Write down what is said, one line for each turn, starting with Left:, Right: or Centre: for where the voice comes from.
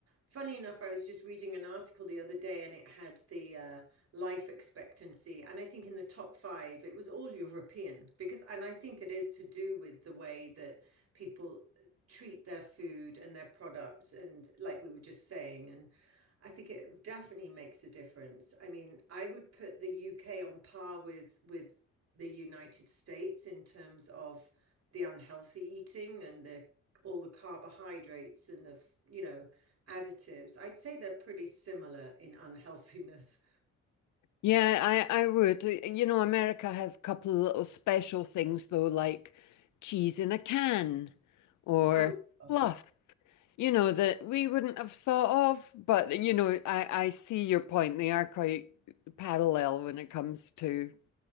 Right: funny enough, I was just reading an article the other day, and it had the uh, life expectancy, and I think in the top five, it was all European because, and I think it is to do with the way that people treat their food and their products, and like we were just saying, and I think it definitely makes a difference. I mean, I would put the UK on par with with the United States in terms of the unhealthy eating and the all the carbohydrates and the, you know, additives. I'd say they're pretty similar in unhealthiness.
Left: Yeah, I, I would. You know, America has a couple of little special things though, like cheese in a can or
Right: Oh gosh,
Left: fluff, you know, that we wouldn't have thought of. But, you know, I, I see your point. They are quite parallel when it comes to